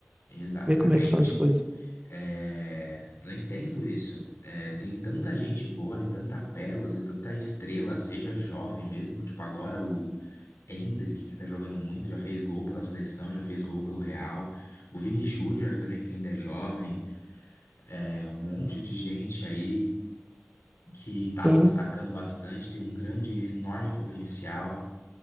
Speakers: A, on the left (about 85°); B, on the right (about 25°).
A: Exatamente.
B: Vê como é que são as coisas.
A: É, Não entendo isso. É, tem tanta gente boa, tem tanta pérola, tem tanta estrela, seja jovem mesmo. Tipo, agora o, Endrick, que tá jogando muito, já fez gol pela seleção, já fez gol pelo Real. O Vini Júnior também, que ainda é jovem. É, um monte de gente aí que tá
B: Sim,
A: se destacando bastante, tem um grande, enorme potencial.